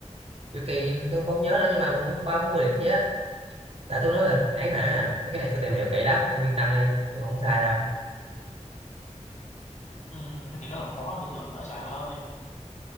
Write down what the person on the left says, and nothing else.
Ừ, thế thì nó còn khó hơn tôi tưởng nữa trời ơi.